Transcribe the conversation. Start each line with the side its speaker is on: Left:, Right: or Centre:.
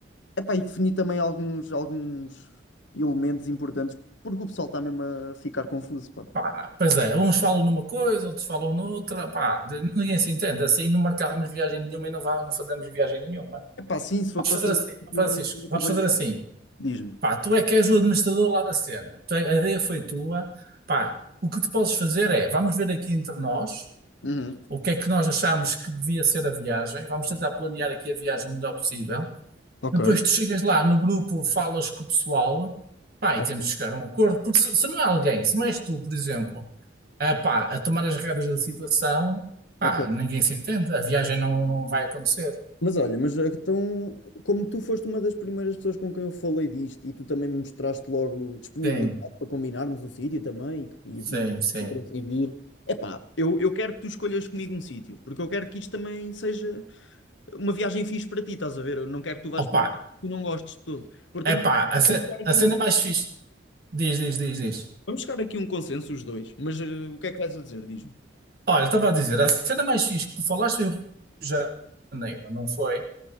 Left: Epá, e definir também alguns, alguns elementos importantes, porque o pessoal está mesmo a ficar confuso, pá.
Right: pá, pois é, uns falam numa coisa, outros falam noutra, pá, de- ninguém se entende, assim não marcámos viagem nenhuma e não, vá, não fazemos viagem nenhuma.
Left: É pá, sim, se for
Right: Vamos
Left: para
Right: fazer
Left: ser
Right: assim,
Left: tudo
Right: Francisco,
Left: a trabalhar,
Right: vamos fazer assim,
Left: diz-me.
Right: pá, tu é que és o administrador lá da cena, tu é- a ideia foi tua, pá, o que tu podes fazer é, vamos ver aqui entre nós,
Left: Uhum.
Right: o que é que nós achamos que devia ser a viagem, vamos tentar planear aqui a viagem o melhor possível.
Left: Ok,
Right: Depois tu chegas lá no grupo, falas com o pessoal, pá,
Left: ok,
Right: e temos de chegar a um acordo, porque se, se não é alguém, se não és tu, por exemplo, a, pá, a tomar as regras da situação, pá,
Left: ok.
Right: ninguém se entende, a viagem não, não vai acontecer.
Left: Mas olha, mas eh, então, como tu foste uma das primeiras pessoas com quem eu falei disto e tu também me mostraste logo disponibilidade
Right: Sim,
Left: para combinarmos o sítio também e,
Right: sim,
Left: e demonstraste
Right: sim.
Left: interesse em vir. Epá, eu, eu quero que tu escolhas comigo um sítio, porque eu quero que isto também seja uma viagem fixe para ti, estás a ver? Eu não quero que tu vás
Right: Opa,
Left: para um sítio que tu não gostes de todo. Portanto,
Right: é pá, a cena,
Left: vamos chegar aqui
Right: a cena
Left: a um,
Right: mais fixe, diz, diz, diz, diz.
Left: vamos chegar aqui a um consenso os dois, mas eh, o que é que vais a dizer? Diz-me.
Right: Olha, estava a dizer, a cena mais fixe que tu falaste foi o Rio de Janeiro, não foi?